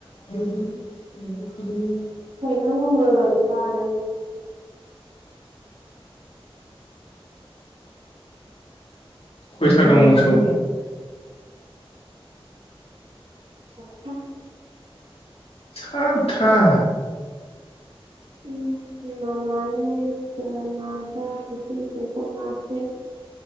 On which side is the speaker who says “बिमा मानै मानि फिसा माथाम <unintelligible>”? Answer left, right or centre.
Right